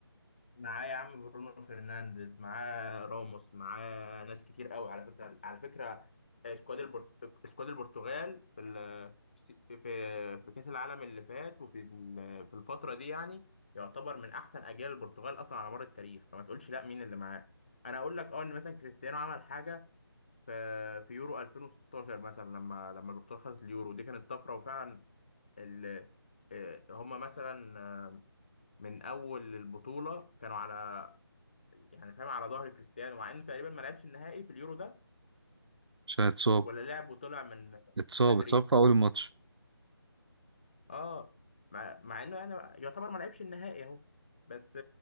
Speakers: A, on the left; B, on the right.
A: معاه يا عم برونو فرنانديز معاه راموس معاه ناس كتير قوي على فكره على فكره آه، سكواد البرت... سكواد البرتغال في ال... في في كاس العالم اللي فات وفي ال... في الفتره دي يعني يعتبر من احسن اجيال البرتغال اصلا على مر التاريخ فما تقولش لا مين اللي معاه انا اقول لك اه ان مثلا كريستيانو عمل حاجه في في يورو 2016 مثلا لما لما البرتغال خدت اليورو دي كانت طفره وفعلا ال... آه، هم مثلا من اول البطوله كانوا على يعني فاهم على ظهر كريستيانو مع انه تقريبا ما لعبش النهائي في اليورو ده
B: عشان اتصاب
A: ولا لعب وطلع من
B: اتصاب
A: بدري
B: اتصاب في أول الماتش
A: اه مع, مع انه يعني يعتبر ما لعبش النهائي اهو بس